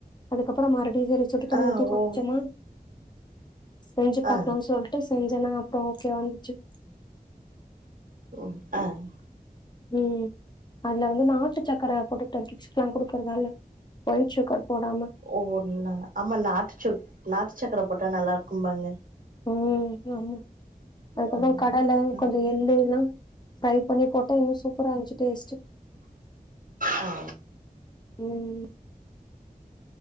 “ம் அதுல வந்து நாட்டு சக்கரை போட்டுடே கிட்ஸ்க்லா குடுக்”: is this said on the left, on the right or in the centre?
Left